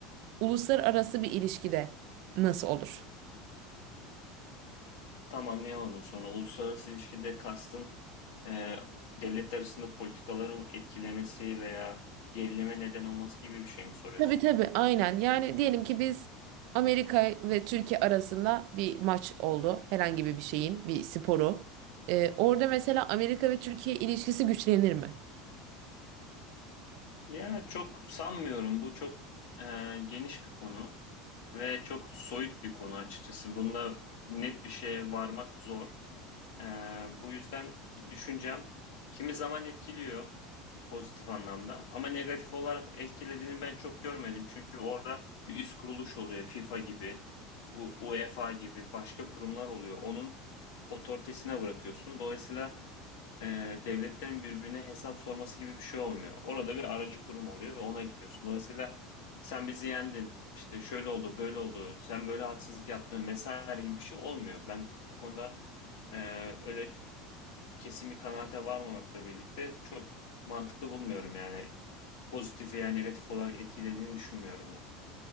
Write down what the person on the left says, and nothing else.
Tam anlayamadım sonra. Uluslararası ilişkide kastın e, devletler arasında politikaları etkilemesi veya gerilime neden olması gibi bir şey mi soruyorsun?
Ya çok sanmıyorum. Bu çok e, geniş bir konu ve çok soyut bir konu açıkçası. Bunda net bir şeye varmak zor. E, bu yüzden düşüncem kimi zaman etkiliyor pozitif anlamda ama negatif olarak etkilediğini ben çok görmedim. Çünkü orada bir üst kuruluş oluyor. FIFA gibi, U- UEFA gibi başka kurumlar oluyor. Onun otoritesine bırakıyorsun. Dolayısıyla e, devletten birbirine hesap sorması gibi bir şey olmuyor. Orada bir aracı kurum oluyor ve ona gidiyorsun. Dolayısıyla sen bizi yendin, işte şöyle oldu, böyle oldu, sen böyle haksızlık yaptın vesaire gibi bir şey olmuyor. Ben o konuda e, öyle kesin bir kanaate varmamakla birlikte çok mantıklı bulmuyorum yani. Pozitif veya negatif olarak etkilediğini düşünmüyorum ben.